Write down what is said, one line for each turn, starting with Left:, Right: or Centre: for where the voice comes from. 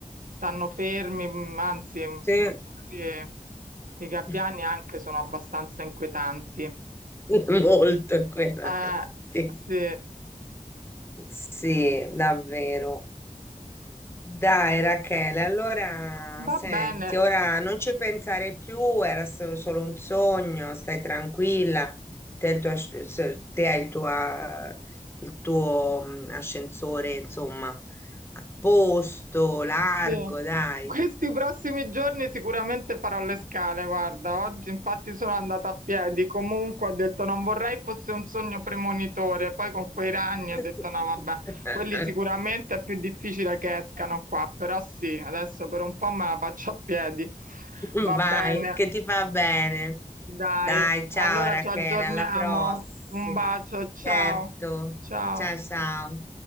Right: stanno fermi, mm, anzi, mm,
Left: Sì,
Right: mm, quelli- i gabbiani
Left: <laughs>
Right: anche sono abbastanza inquietanti.
Left: molto inquietanti.
Right: Eh, sì,
Left: Sì, davvero. Dai, Rachele, allora
Right: va
Left: senti,
Right: bene.
Left: ora non ci pensare più, era stato solo un sogno, stai tranquilla, te, e il tuo asc- se- te hai il tuo, eh, il tuo mm, ascensore, insomma, a posto, largo,
Right: Sì,
Left: dai.
Right: questi prossimi giorni sicuramente farò le scale, guarda, oggi infatti sono andata a piedi, comunque ho detto non vorrei fosse un sogno premonitore, poi con quei ragni
Left: <laughs>
Right: ho detto no, vabbè, quelli sicuramente è più difficile che escano qua, però sì, adesso per un po' me la faccio a piedi.
Left: <laughs>
Right: Va
Left: Vai,
Right: bene,
Left: che ti fa bene.
Right: dai,
Left: Dai, ciao
Right: allora
Left: Rachele,
Right: ci aggiorniamo,
Left: alla prossima.
Right: un bacio, ciao,
Left: Certo.
Right: ciao.
Left: Ciao, ciao.